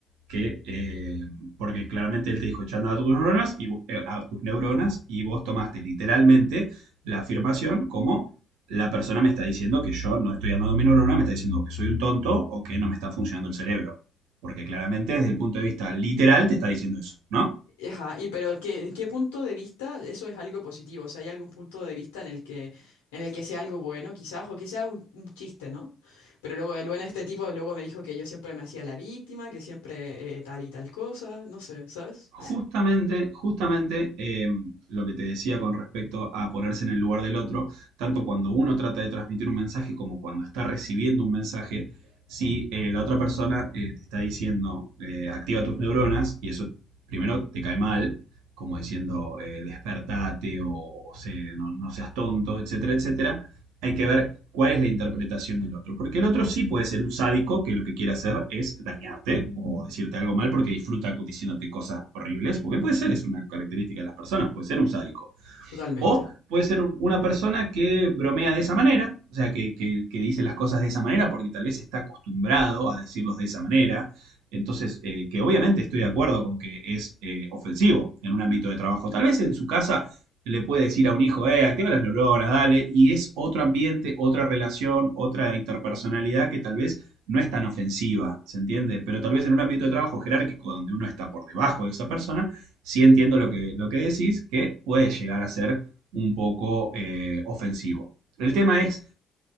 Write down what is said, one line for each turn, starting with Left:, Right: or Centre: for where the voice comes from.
Right: que, eh, porque claramente él te dijo echando a tus neuronas y vo- eh, a tus neuronas y vos tomaste literalmente la afirmación como la persona me está diciendo que yo no estoy andando mi neurona, me está diciendo que soy un tonto o que no me está funcionando el cerebro. Porque claramente desde el punto de vista literal te está diciendo eso, ¿no?
Left: Ajá, y pero ¿qué, qué punto de vista? Eso es algo positivo. O sea, ¿hay algún punto de vista en el que, en el que sea algo bueno, quizás, o que sea un, un chiste, ¿no? Pero luego el bueno de este tipo luego me dijo que yo siempre me hacía la víctima, que siempre eh, tal y tal cosa, no sé, ¿sabes?
Right: Justamente, justamente eh, lo que te decía con respecto a ponerse en el lugar del otro, tanto cuando uno trata de transmitir un mensaje como cuando está recibiendo un mensaje, si eh, la otra persona eh, te está diciendo eh, activa tus neuronas y eso primero te cae mal, como diciendo eh, despertate o, o se- no, no seas tonto, etcétera, etcétera, hay
Left: Ujú.
Right: que ver cuál es la interpretación del otro. Porque el otro sí puede ser un sádico que lo que quiere hacer es dañarte o decirte algo mal porque disfruta diciéndote cosas horribles. Porque puede ser, es una característica de las personas, puede ser un sádico.
Left: Totalmente.
Right: O puede ser una persona que bromea de esa manera, o sea, que, que- que dice las cosas de esa manera porque tal vez está acostumbrado a decirlos de esa manera. Entonces, eh, que obviamente estoy de acuerdo con que es eh, ofensivo en un ámbito de trabajo. Tal vez en su casa le puede decir a un hijo, eh, activa las neuronas, dale, y es otro ambiente, otra relación, otra interpersonalidad que tal vez no es tan ofensiva, ¿se entiende? Pero tal vez en un ámbito de trabajo jerárquico donde uno está por debajo de esa persona, sí entiendo lo que, lo que decís, que puede llegar a ser un poco eh, ofensivo. El tema es